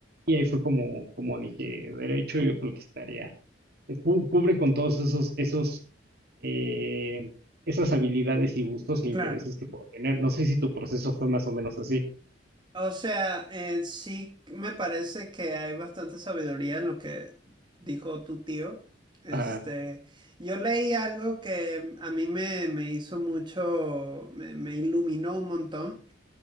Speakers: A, on the right; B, on the right.
A: Y ahí fue como, como dije, derecho, yo creo que estaría, eh, cu- cubre con todos esos, esos, eh, esas habilidades y gustos e intereses
B: claro.
A: que puedo tener. No sé si tu proceso fue más o menos así.
B: O sea, eh, sí me parece que hay bastante sabiduría en lo que dijo tu tío. Este,
A: Ajá,
B: yo leí algo que a mí me, me hizo mucho, me, me iluminó un montón,